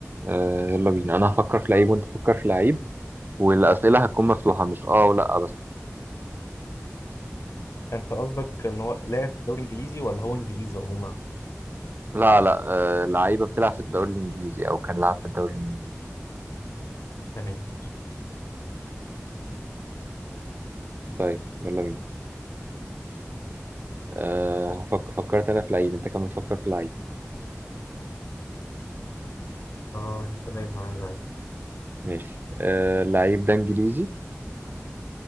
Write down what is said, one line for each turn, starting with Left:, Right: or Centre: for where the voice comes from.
Right: أه يلا بينا انا هفكر في لعيب وانت فكر في لعيب والأسئلة هتكون مفتوحة مش اه ولا بس
Left: انت قصدك ان هو لاعب في دوري انجليزي ولا هو انجليزي عموما
Right: لا لا آه لعيبة بتلعب في الدوري الإنجليزي أو كان لعب في الدوري الإنجليزي
Left: تمام
Right: طيب يلا بينا آه فك... فكرت أنا في لعيب أنت كمان فكر في لعيب
Left: اه تمام معايا معايا
Right: ماشي آه اللعيب ده إنجليزي